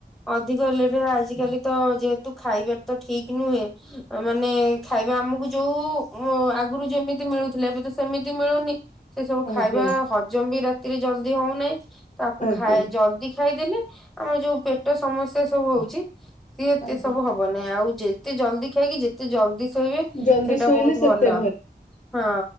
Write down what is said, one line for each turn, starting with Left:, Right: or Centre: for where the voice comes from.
Centre: ଅଧିକ ଲେଟ ଆଜିକାଲି ତ ଯେହେତୁ ଖାଇବା ତ ଠିକ ନୁହେଁ ମାନେ ଖାଇବା ଆମକୁ ଯୋଉ ଆଗରୁ ଯେମିତି ମିଳୁଥିଲା ଏବେ ତ ସେମିତି ମିଳୁନି ସେ ସବୁ ଖାଇବା
Left: ଆଜ୍ଞା
Centre: ହଜମ ବି ରାତିରେ ଜଲଦି ହଉନାହିଁ। ତାକୁ
Left: ଆଜ୍ଞା
Centre: ଖାଇ ଜଲଦି ଖାଇଦେଲେ ଆମର ଯୋଉ ପେଟ ସମସ୍ୟା ସବୁ ହଉଚି ସିଏ ଏତେ
Left: ଆଜ୍ଞା
Centre: ସବୁ ହବନାଇଁ ଆଉ ଯେତେ ଜଲଦି ଖାଇକି ଯେତେ ଜଲଦି ଶୋ ସେଟା
Left: ଜଲ୍ଦି ଶୋଇଲେ
Centre: ବହୁତ
Left: ସେତେ
Centre: ଭଲ। ହଁ